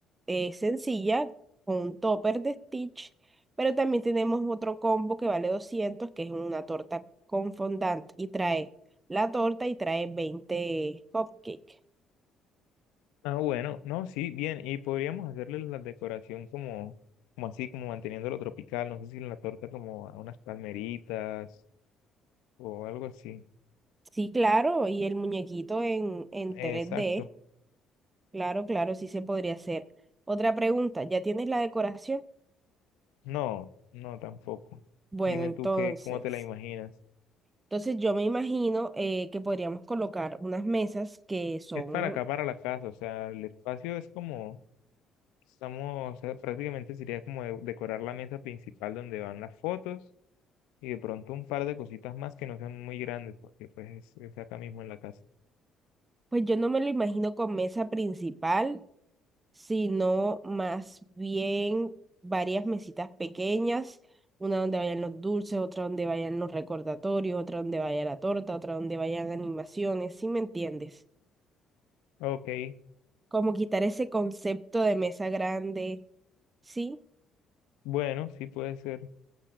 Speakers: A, on the right (about 25°); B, on the left (about 80°).
A: es sencilla, con un topper de Stitch, pero también tenemos otro combo que vale doscientos que es una torta con fondant y trae la torta y trae 20 cupcakes.
B: Ah, bueno, no, sí, bien, y podríamos hacerle la decoración como, como así, como manteniéndolo tropical, no sé si en la torta como a unas palmeritas o algo así.
A: Sí, claro, y el muñequito en, en
B: Eh,
A: tres
B: exacto,
A: d Claro, claro, sí se podría hacer. Otra pregunta, ¿ya tienes la decoración?
B: no, no tampoco.
A: Bueno,
B: Dime
A: entonces,
B: tú qué, cómo te la imaginas.
A: entonces yo me imagino eh, que podríamos colocar unas mesas que son,
B: Es para acá, para la casa, o sea, el espacio es como, estamos, o sea, prácticamente sería como de- decorar la mesa principal donde van las fotos y de pronto un par de cositas más que no sean muy grandes, porque pues es es acá mismo en la casa.
A: pues yo no me lo imagino con mesa principal, sino más bien varias mesitas pequeñas, una donde vayan los dulces, otra donde vayan los recordatorios, otra donde vaya la torta, otra donde vayan animaciones, ¿sí me entiendes?
B: Ok.
A: Como quitar ese concepto de mesa grande, ¿sí?
B: Bueno, sí puede ser.